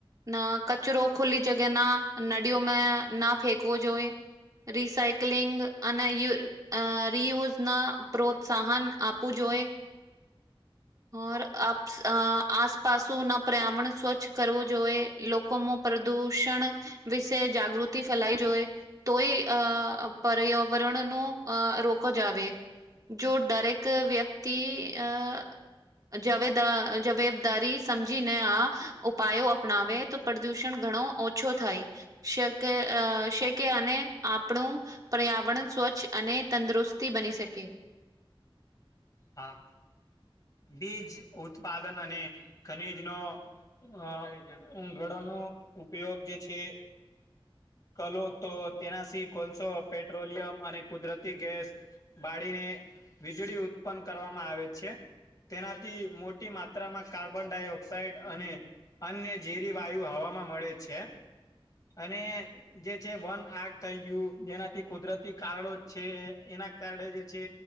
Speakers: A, on the right (about 40°); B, on the left (about 40°).
A: ના કચરો ખુલ્લી જગ્યા ના નળીઓમાં ના ફેંકવો જોઈએ. રિસાાઈકલિંગ અને યુ રિયુઝ ના પ્રોત્સાહન આપવું જોઈ ઓર આપ આસપસો ના પર્યાવરણ સ્વચ્છ કરવું જોઈએ લોકોમાં પ્રદુષણ વિશે જાગૃતિ ફેલાવી જોઈ તોય અ પર્યાવરણ નું અ રોક જ આવે. જો દરેક વ્યક્તિ આ જવેદા જવેબદારી સમજીીને આ ઉપાયો અપનાવે તો પ્રદૂષણ ઘણો ઓછો થાય શકે આ શેકે અને આપણું પર્યાવરણ સ્વચ્છ અને તંદુરસ્તી બની શકે
B: હા બીજ ઉત્પાદન અને ખનીજનો હ ઉંગળોનો ઉપયોગ જે છે કલો તો તેનાથી કોલસો પેટ્રોલિયમ અને કુદરતી ગેસ બાળીને વીજળી ઉત્પન્ન કરવામાં આવે છે તેનાથી મોટી માત્રામાં કાર્બન ડાયોક્સાાઈડ અને અન્ય ઝેરી વાયુ હવામાં મળે છે અને જે છે વન આગ થઈ ગયું જેનાથી કુદરતી કારણો છે એના કારણે જે છે